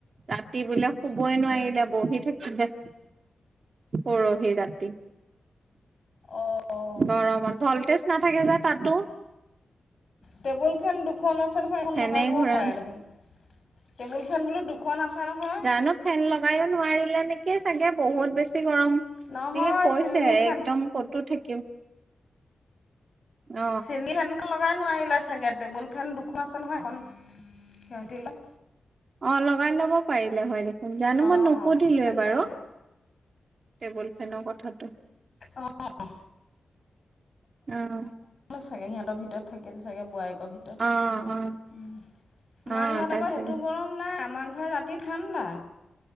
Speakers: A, on the right; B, on the left.
A: ৰাতি বোলে শুবই নোৱাৰিলে
B: অ'।
A: বহি থাকিলে পৰহি ৰাতি।
B: অ',
A: গৰমত ভলটেজ নাথাকে যে তাতো।
B: টেবুল ফেন দুখন আছে দেখোন এখন
A: ফেনে
B: লগাই ল'ব
A: ঘূৰা
B: পাৰে দেখোন। টেবুল ফেন বোলো দুখন আছে। নহয়,
A: জানো ফেন লগাইও নোৱাৰিলে নেকি চাগে বহুত বেছি গৰম।
B: নহয়
A: এই কৈছে
B: চিলিঙি
A: একদম
B: ফেন
A: কতো থাকিম অ
B: চেনি আনোক লক <unintelligible> একেবাৰে নোৱাৰিলা চাগে টেবুল ফেন দুখন আছে নহয় এখন সিহঁতি লয়
A: অ লগাই ল'ব পাৰিলে হয় দেখোন জানো মই
B: অ',
A: নুসুধিলোৱে
B: তাকে।
A: বাৰু তেবুল ফেনৰ কথাটো
B: অঁ
A: অহ
B: চাগে সিহঁতৰ ভিতৰত থাকিল চাগে বোয়াইক ঘৰ ভিতত
A: অ অ
B: আমাৰ
A: অ
B: ঘৰত
A: তাকে
B: আকৌ সেইটো গৰম নাই আমাৰ ঘৰত ৰাতি ঠাণ্ডা